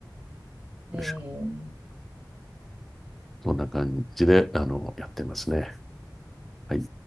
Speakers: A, on the right; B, in the centre.
A: ん。
B: いしょ
A: ええ
B: そんな感じで、あの、やってますね。はい。